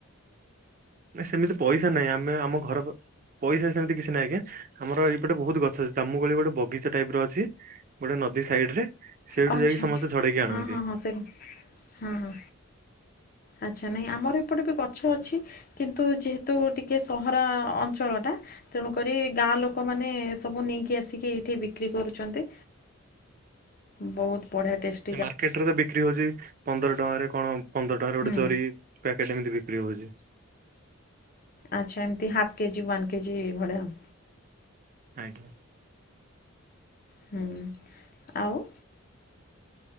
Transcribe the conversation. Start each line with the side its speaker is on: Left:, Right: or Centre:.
Right: ନା ସେମିତି ପଇସା ନାଇଁ। ଆମେ ଆମ ଘର ପଇସା ସେମିତି କିଛି ନାହିଁ ଆଜ୍ଞା। ଆମର ଏଇପଟେ ବହୁତ ଗଛ ଅଛି ଜାମୁ କୋଳି ଗୋଟେ ବଗିଚା ଟାଇପ୍ ର ଅଛି। ଗୋଟେ ନଦୀ ସାଇଡ୍ ରେ। ସେଇଠୁ
Left: ଓ ଆଚ୍ଛା
Right: ଯାଇକି ସମସ୍ତେ
Left: ଆଚ୍ଛା।
Right: ଝଡେଇକି ଆଣନ୍ତି
Left: ହଁ ହଁ ସେ ହଁ ହଁ। ଆଚ୍ଛା ନାଇଁ ଆମର ଏପଟେ ବି ଗଛ ଅଛି। କିନ୍ତୁ ଯେହେତୁ ଟିକେ ସହରା ଅଞ୍ଚଳଟା ତେଣୁକରି ଗାଁ ଲୋକମାନେ ସବୁ ନେଇକି ଆସିକି ଏଇଠି ବିକ୍ରି କରୁଚନ୍ତି। ବହୁତ ବଢ଼ିଆ ଟେଷ୍ଟ
Right: ମାର୍କେଟ ରେ ତ ବିକ୍ରି ହଉଚି ପନ୍ଦର ଟଙ୍କାରେ କଣ ପନ୍ଦର ଟଙ୍କାରେ ଗୋଟେ
Left: ହୁଁ
Right: ଜରି। ପ୍ୟାକେଟ୍ ଏମିତି ବିକ୍ରି ହଉଚି।
Left: ଆଚ୍ଛା ଏମତି ହାଫ୍ କେଜି ୱାନ୍ କେଜି ଏଇ ଭଳିଆ ଆଉ।
Right: ଆଜ୍ଞା।
Left: ହୁଁ। ଆଉ